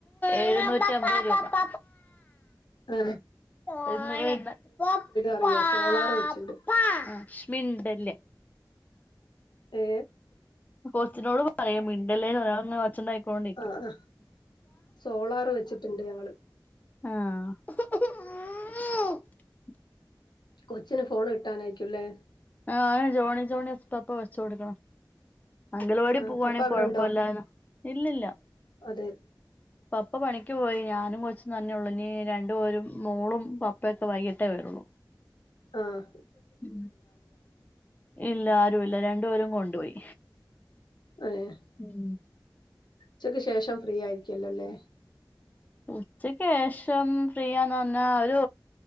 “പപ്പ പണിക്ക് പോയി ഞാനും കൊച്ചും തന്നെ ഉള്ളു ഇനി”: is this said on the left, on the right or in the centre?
Left